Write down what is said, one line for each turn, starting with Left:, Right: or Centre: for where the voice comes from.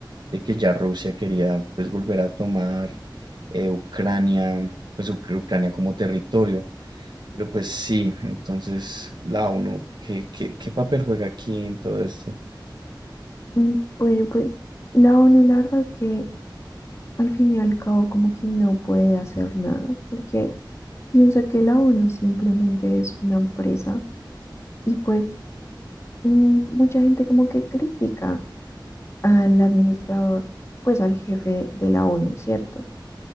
Right: de que ya Rusia quería pues volver a tomar eh, Ucrania, pues Uc- Ucrania como territorio. Pero pues sí, entonces la ONU, ¿qué, qué, qué papel juega aquí en todo esto?
Left: Mm, Bueno, pues la ONU, la verdad que al fin y al cabo como que no puede hacer nada, porque Piensa que la ONU simplemente es una empresa y pues mm, mucha gente como que critica al administrador, pues al jefe de la ONU, ¿cierto?